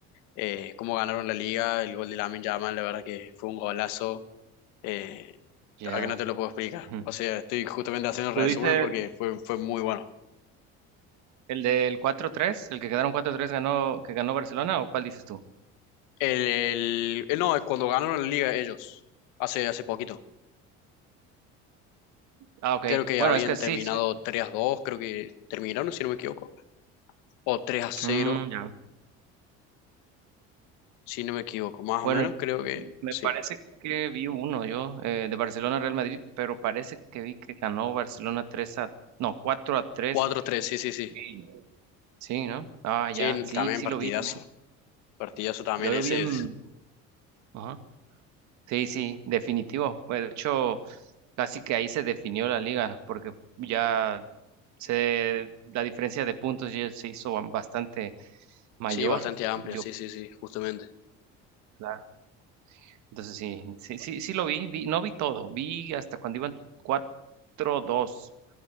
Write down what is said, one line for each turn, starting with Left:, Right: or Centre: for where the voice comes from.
Left: eh, cómo ganaron la liga, el gol de Lamine Yamal, la verdad que fue un golazo, eh,
Right: Ya.
Left: la verdad que no te lo puedo explicar,
Right: ujú.
Left: o sea, estoy justamente haciendo el
Right: ¿Tú
Left: resumen
Right: dices
Left: porque fue, fue muy bueno.
Right: el del cuatro tres el que quedaron cuatro tres ganó, que ganó Barcelona o cuál dices tú?
Left: El, el, el- no, es cuando ganaron la liga ellos, hace, hace poquito.
Right: Ah, ok.
Left: Creo que
Right: Bueno,
Left: habían
Right: es que sí.
Left: terminado
Right: sí.
Left: tres a dos creo que terminaron, si no me equivoco. O tres a cero
Right: Mm, ya.
Left: si no me equivoco. Más
Right: Bueno,
Left: o menos, creo que
Right: me
Left: sí.
Right: parece que vi uno yo eh, de Barcelona Real Madrid, pero parece que vi que ganó Barcelona 3 a, no, cuatro a tres
Left: cuatro a 3, sí, sí, sí.
Right: Sí, Sí, ¿no? Ah,
Left: Sí,
Right: ya, sí,
Left: también
Right: sí
Left: partidazo.
Right: lo vi también.
Left: Partidazo también
Right: Yo lo
Left: ese
Right: vi en...
Left: es.
Right: Ajá. Sí, sí, definitivo. Bueno, De hecho, casi que ahí se definió la liga, porque ya se, la diferencia de puntos ya se hizo ba- bastante mayor.
Left: Sí, bastante amplio,
Right: Yo,
Left: sí, sí, sí, justamente.
Right: claro. Entonces sí, sí, sí, sí lo vi, vi, no vi todo, vi hasta cuando iban cuatro dos